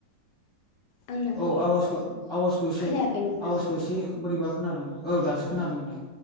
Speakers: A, on the left; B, on the left.
A: आंना
B: औ आवाजखौ आवाजखौ एसे
A: खोनायाखै नोंथां
B: आवाजखौ एसे बोरैबा खोनादों औ दासो खोनादों दे।